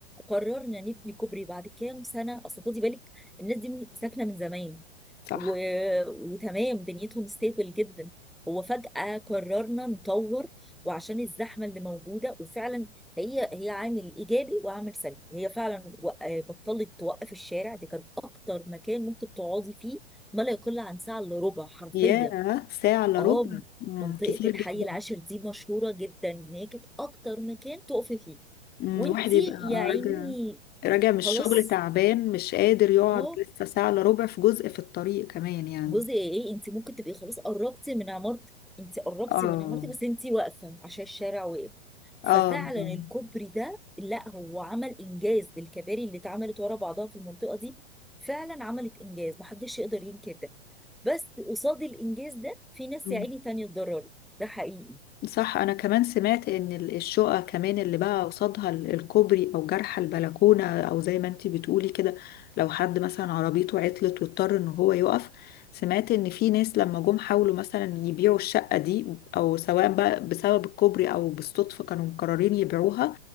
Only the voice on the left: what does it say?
صح
ياه ساعة إلا
ربع مم،
كتير
جدا
مم،
الواحد يبقى
راجع
راجع من الشغل
تعبان مش قادر يقعد
لسه ساعة إلا ربع في جزء في الطريق كمان يعني
اه
اه
آه.
مم.
صح انا كمان سمعت ان ال- الشقق كمان اللي بقى قصادها ال- الكوبري او جرح البلكونه او زي ما انتي بتقولي كده لو حد مثلا عربيته عطلت واضطر ان هو يقف سمعت ان في ناس لما جم حاولوا مثلا يبيعوا الشقه دي او سواء بقى بسبب الكوبري او بالصدفه كانوا مقررين يبيعوها